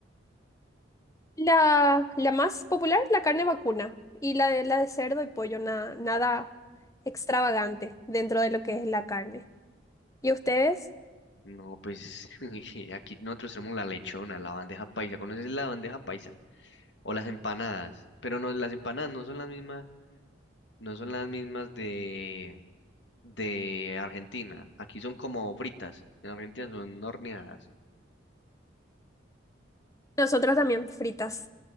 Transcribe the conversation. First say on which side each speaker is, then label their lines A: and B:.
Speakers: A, on the left (about 15°); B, on the left (about 65°).
A: La, la más popular, la carne vacuna. Y la de, la de cerdo y pollo, nada, nada extravagante dentro de lo que es la carne. ¿Y ustedes?
B: No, pues <laughs> aquí nosotros tenemos la lechona, la bandeja paisa. ¿Conoces la bandeja paisa? O las empanadas. Pero no, las empanadas no son las mismas. no son las mismas de, de Argentina. Aquí son como fritas, en Argentina son horneadas.
A: Nosotros también fritas.